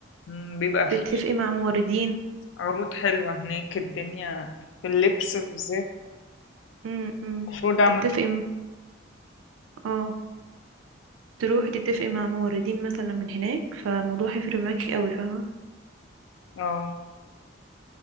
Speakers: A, on the left; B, on the right.
A: مم. بيبقى فيه
B: تتفقي مع موردين
A: عروض حلوة هناك الدنيا في اللبس بالذات
B: امم امم.
A: المفروض اعمل
B: تتفقي م- اه تروحي تتفقي مع موردين مثلا من هناك فالموضوع هيفرق معاكي قوي فاهمة
A: اه